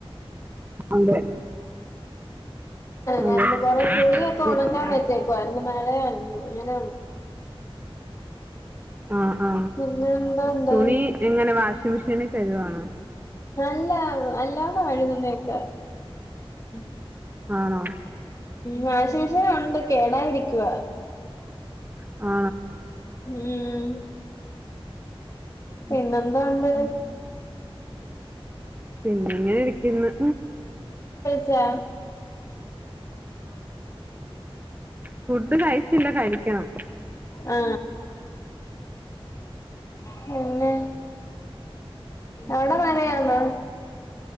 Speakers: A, on the right; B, on the left.
A: അതെ അതെ
B: ഞാൻ കുരെ പുളിയൊക്കെ ഉണക്കാൻ
A: ആഹ്
B: വെച്ചേക്കുവായിരുന്നു മഴയാണ് അങ്ങനെ
A: ആ ആ
B: പിന്നെ എന്തോണ്ട്
A: തുണി എങ്ങനെ വാഷിംഗ് മെഷീനി കഴുകുവാണോ
B: അല്ല അല്ലാതെ കഴുകുന്നേക്കെ ഉം
A: ആണോ
B: വാഷിംഗ്‌ മെഷീൻ ഉ ഇപ്പൊ കേടായിരിക്കുവ
A: ആ
B: ഉം പിന്നെന്തോ ഒണ്ട്
A: പിന്നെ ഇങ്ങനെ ഇരിക്ക്ന്ന്.
B: ച്ചാ
A: ഫുഡ് കഴിച്ചില്ല കഴിക്കണം.
B: ആ പിന്നെ അവിടെ മഴയാന്നൊ?